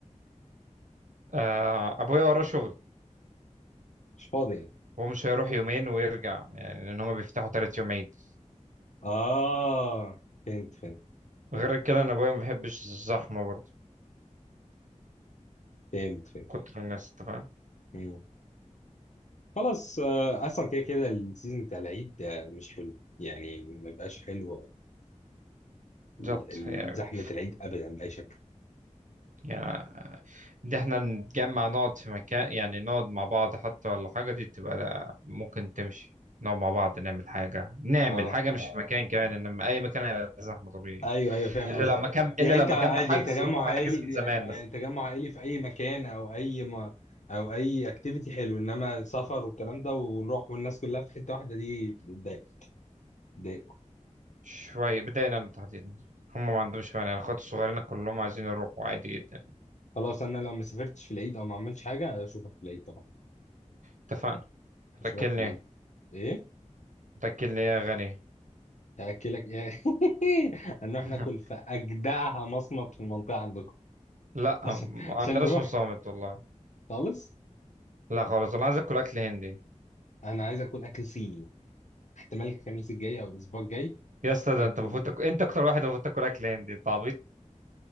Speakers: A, on the right (about 80°); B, on the left (about 70°).
A: آه، ابويا وراه شغل
B: مش فاضي يعني
A: هو مش هيروح يومين ويرجع يعني لان هما بيفتحوا تلات يوم عيد
B: اه فهمت فهمت فهمت
A: غير كده انا ابويا ما بيحبش الزحمه برضه
B: فهمت فهمت
A: كتر الناس انت فاهم
B: مم. خلاص آه، اصلا كده كده السيزون بتاع العيد ده مش حلو يعني ما بقاش حلو
A: بالظبط
B: ال- ال-
A: هي أوي.
B: زحمه العيد ابدا باي شكل
A: يعني ان احنا نتجمع نقعد في مكان يعني نقعد مع بعض حتى ولا حاجه دي تبقى لا ممكن تمشي نقعد مع بعض نعمل حاجه نعمل
B: اه
A: حاجه مش في مكان كمان انما اي مكان هيبقى زحمه طبيعي
B: ايوه ايوه فاهم
A: الا لو
B: قصدك
A: ايوه ايوه مكان
B: يعني
A: الا لو
B: انت
A: مكان
B: عادي
A: بحجز
B: يعني تجمع
A: وانت حاجز
B: عائلي
A: من زمان
B: يعني يعني
A: بس
B: تجمع عائلي في اي مكان او اي ما او اي اكتيفيتي حلو انما سفر والكلام ده ونروح والناس كلها في حته واحده دي بتضايق بتضايق
A: شويه بدأنا تحديدا هم ما عندهمش مانع الاخوات الصغيرين كلهم عايزين يروحوا عادي جدا
B: خلاص انا لو ما سافرتش في العيد او ما عملتش حاجه اشوفك في العيد طبعا
A: اتفقنا هتاكلني
B: اشوفك في العيد
A: ايه؟
B: ايه
A: هتاكلني إيه يا غني
B: هاكلك ايه <laughs> هنروح
A: <laughs>
B: ناكل في اجدعها مصمت في المنطقه عندكم
A: لا
B: عشان
A: ما
B: عشان
A: عندناش
B: نروح
A: مصامت والله
B: خالص
A: لا خالص انا عايز اكل اكل هندي
B: انا عايز اكل اكل صيني احتمال الخميس الجاي او الاسبوع الجاي
A: يا اسطى
B: اكل
A: ده انت المفروض تاكل انت اكتر واحد المفروض تاكل اكل هندي انت عبيط